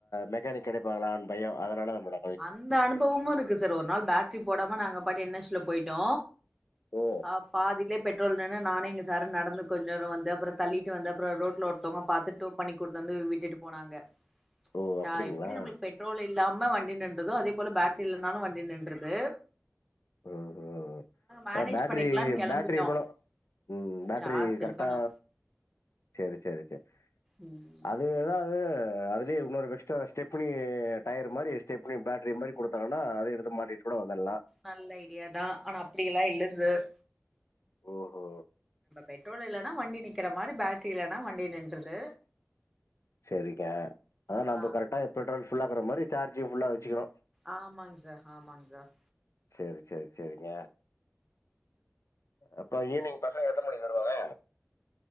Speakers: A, on the left; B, in the centre.
A: மொக்கானிக் கெடைப்பாங்களான்னு பயோ அதனால தா முட
B: அந்த அனுபவமு இருக்கு சார் ஒரு நாள் பேட்ரி போடாம நாங்க பாட்டு என் எஸ்ல போய்டோ
A: ஓ!
B: ஆ பாதிலே பெட்ரோல் நின்னு நானே இங்க சர்னு நடந்து கொஞ்ச தூர வந்து அப்றோ தள்ளிட்டு வந்து அப்றோ ரோட்ல ஒருத்தவுங்க பாத்துட் டோ பண்ணி கொண்டந்து விட்டுட்டு போனாங்க
A: ஓ!
B: சா
A: அப்படிங்களா?
B: எப்டி நம்மளுக்கு பெட்ரோல் இல்லாம வண்டி நின்றுதோ அதே போல பேட்ரி இல்லனாலு வண்டி நின்றுது
A: ஓ ஹோ
B: மேனேஜ்
A: அ பேட்ரி
B: பண்ணிக்கலான்னு கெளம்பிட்டோ
A: பேட்ரி இருக்கணு ம் பேட்ரி
B: சார்ஜ்
A: கரெக்டா
B: இருக்கணு
A: சேரி சேரி சேரி
B: ம்
A: அது இது எதாது அதுலயு இன்னொரு எக்ஸ்ட்ரா ஸ்டெப்னி டயர் மாரி ஸ்டெப்னி பேட்ரி மாரி குடுத்தாங்கனா அத எடுத்து மாட்டி கூட வந்துர்லா
B: நல்ல ஐடியாதா ஆனா அப்டியெல்லா இல்ல சார்
A: ஓஹோ!
B: பெட்ரோல் இல்லனா வண்டி நிக்கிற மாரி பேட்ரி இல்லனா வண்டி நின்றுது
A: சரிகா அதா
B: ஆ
A: நம்ப கரெக்டா பெட்ரோல் ஃபுல்லாக்குற மாரி சார்ஜ் ஃபுல்லா வச்சுகணு
B: ஆமாங் சார் ஆமாங் சார்
A: சேரி சேரி சேரிங்க அப்ப ஈவினிங் பசங்க எத்தன மணிக்கு வருவாங்க